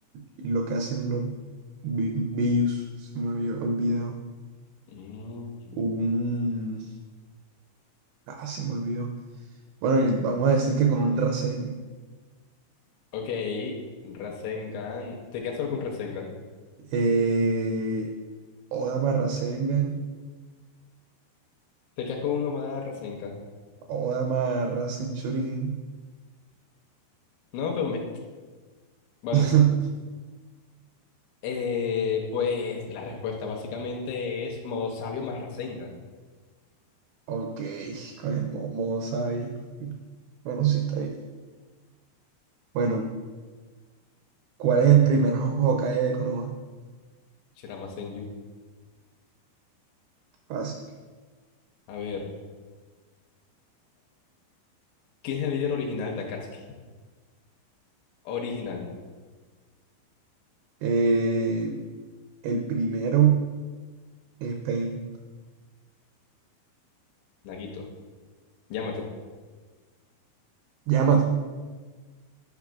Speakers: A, on the right; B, on the left.
A: lo que hacen los vi- Bius? Se me había olvidado.
B: Mm.
A: Un... Ah, se me olvidó. Bueno, y vamos a decir que con un Rasengan.
B: Ok, Rasengan. Te quedas solo con Rasengan.
A: Eh, Odama Rasengan.
B: Te quedas con uno más de Rasengan.
A: Odama Rasen Shuriken.
B: No, pero me... Bueno,
A: <laughs>
B: eh, pues la respuesta básicamente es modo sabio más Rasengan.
A: Ok, con el Momo Sabio. Bueno, sí está bien. Bueno, ¿cuál es el primer Ho- Hokage de Konoha?
B: Shirama Senju.
A: Fácil.
B: A ver. ¿Quién es el líder original de Akatsuki? Original,
A: Eh, el primero es Pain.
B: Nagito. Yamato.
A: Yamato.